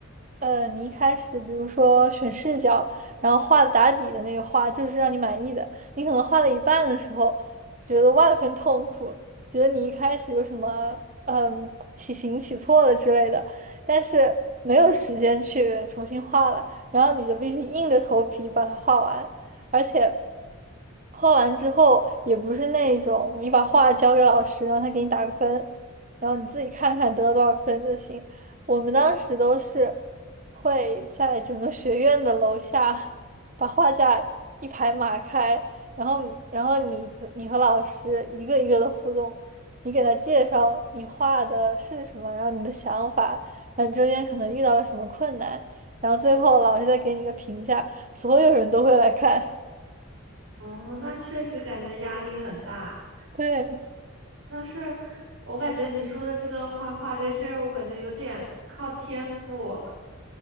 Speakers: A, on the right; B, on the right.
A: 呃，你一开始比如说选视角，然后画打底的那个画就是让你满意的，你可能画了一半的时候觉得万分痛苦，觉得你一开始有什么嗯起形起错了之类的，但是没有时间去重新画了，然后你就必须硬着头皮把它画完，而且。画完之后也不是那种你把画交给老师让他给你打个分，然后你自己看看得了多少分就行。我们当时都是会在整个学院的楼下把画架一排码开，然后然后你和你和老师一个一个的互动，你给他介绍你画的是什么，然后你的想法，然后你中间可能遇到了什么困难，然后最后老师再给你一个评价，所有人都会来看。
B: 哦，那确实感觉压力很大。
A: <laughs> 对，
B: 但是我感觉你说的这个画画这个事儿，我感觉有点靠天赋。